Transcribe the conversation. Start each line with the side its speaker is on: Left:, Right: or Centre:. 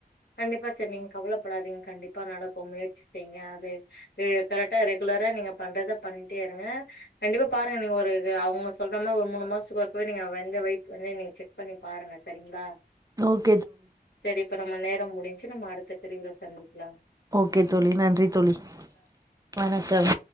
Left: கண்டிப்பா சரி நீங்க கவலைப்படாதீங்க கண்டிப்பா நடக்கும் முயற்சி செய்ங்க அது கரெக்டா ரெகுலரா நீங்க பண்றத பண்ணிட்டே இருங்க கண்டிப்பா பாருங்க நீங்க ஒரு அவுங்க சொல்ற மாரி ஒரு மூணு மாசத்துக்கொருக்கவே நீங்க வந்து வெயிட் வந்து நீங்க செக் பண்ணி பாருங்க சரிங்களா
Right: <unintelligible>
Left: சரி இப்ப நம்ம நேரம் முடி ச்சு அடுத்த பிரிவில சந்திக்கிலாம்
Right: ஓகே தோழி நன்றி தோழி வணக்கம்